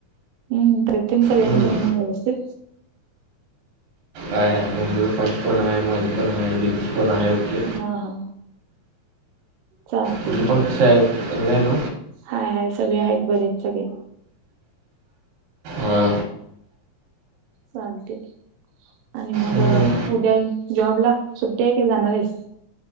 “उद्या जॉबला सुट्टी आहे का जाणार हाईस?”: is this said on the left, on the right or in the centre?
Right